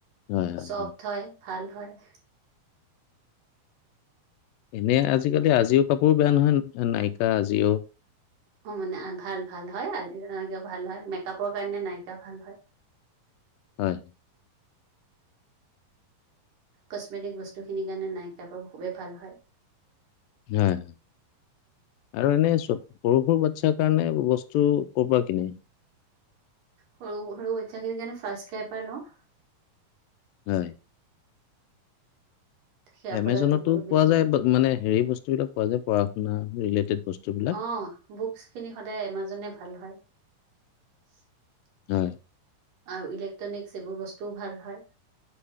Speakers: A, on the left; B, on the right.
A: হয়, হয়,
B: চফট হয় ভাল হয়
A: এনে আজিকালি আজিও কাপোৰ বেয়া নহয় নাইিকা আজিও
B: অঁ মানে ভাল ভাল হয় আৰু ভাল হয় মেকপৰ কাৰণে নায়িকা ভাল হয়
A: হয়
B: কচমিটিক বস্তুখিনিৰ কাৰণে নাইকাৰ খুবেই ভাল হয়
A: হয় আৰু এনে পুৰুষৰ বাচ্ছাৰ কাৰণে বস্তু ক'ৰ পৰা কিনে
B: সৰু সৰু বাটচাখিনিৰ কাৰনে ফাৰ্ষ্টস্কাইৰ পৰা লওঁ
A: হয়
B: সেয়া
A: এমেজনতো
B: প্ৰডাক্টটো বহুত বেছি
A: পোৱা
B: ভাল
A: যায় মানে হেৰি বস্তু বিলাক পোৱা যায় পঢ শু ন ৰিলেটেড বস্তুবিলাক।
B: অঁ বুকচ খিনি সদায় এমাজনে ভাল হয় <unintelligible>
A: হয়
B: আৰু ইলেক্ট্ৰনিকছ এইবোৰ বস্তুও ভাল হয়